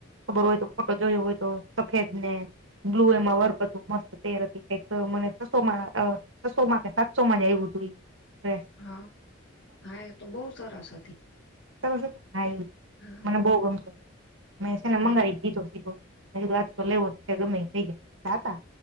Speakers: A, on the right; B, on the left.
A: ખબર હોય તો ફોટો જોયો હોય તો સફેદ ને બ્લુ એમાં વર્ક હતું મસ્ત પેયરો કે કઈક મને છસો માં છસો માં કે સાતસો માં જા આયવું તું એ.
B: હા હા એ તો બો સરસ હતી.
A: તમે જોતો હા ઈ
B: હા
A: મને બો ગમતો તો. મેં છે ને
B: હા
A: મંગાવી લીધો સીધો મે કીધું આજ તો લેવો જ છે ગમે ઈ થઈ જાય હતા.